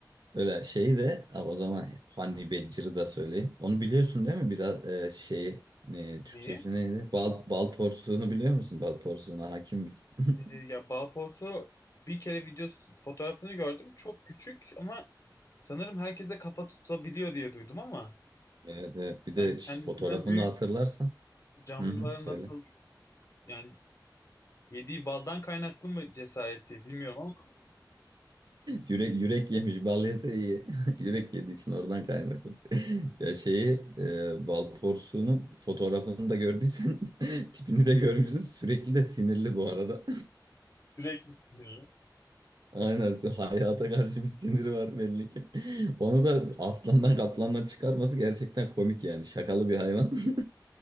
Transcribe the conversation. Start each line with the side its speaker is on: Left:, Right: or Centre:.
Right: Öyle şey de ha, o zaman Honey Badger'ı da söyleyeyim. Onu biliyorsun değil mi? Biraz e, şeyi e, Türkçesi
Left: Neyi?
Right: neydi? Bal, bal porsuğunu biliyor musun? Bal porsuğuna hakim misin? <laughs>
Left: Ee, ya balposu bir kere videosu fotoğrafını gördüm. Çok küçük ama sanırım herkese kafa tutabiliyor diye duydum ama
Right: Evet, evet. Bir
Left: Yani
Right: de ş-
Left: kendisinden
Right: fotoğrafını
Left: büyük
Right: hatırlarsan.
Left: canlılara
Right: Hı hı, söyle.
Left: nasıl
Right: <laughs>
Left: yani yediği baldan kaynaklı mı cesareti bilmiyorum ama
Right: Yürek, yürek yemiş. Bal yese iyi. <laughs> Yürek yediği için oradan kaynaklı. <laughs> Ya şeyi e, bal porsuğunun fotoğrafını da gördüysen <laughs> tipini de görmüşsün. Sürekli de sinirli bu arada.
Left: sürekli sinirli.
Right: Aynen. Hayata karşı bir siniri var belli ki. <laughs> Onu da aslandan kaplandan çıkarması gerçekten komik yani. Şakalı bir hayvan. <laughs>